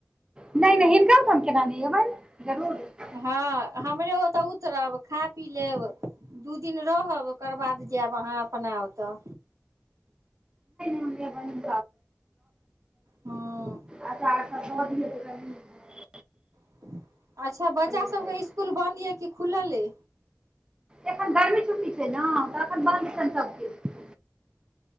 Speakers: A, on the right (about 15°); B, on the right (about 80°).
A: नहि नहि हिनका हम केना द अबनि जरूर नहि
B: हँ हमरे ओतऽ उतरब खा पी लेब दू दिन रहब ओकर बाद जायब अहाँ अपना ओतऽ
A: रहबैंन
B: हँ
A: अच्छा आओर सब कहोथु <inaudible>
B: <inaudible> अच्छा बच्चा
A: रहत
B: सबके इसकूल बन्द यऽ की खुलल अ
A: एखन गर्मी छुट्टी छै ने तखन बन्द छैनि सभकिछु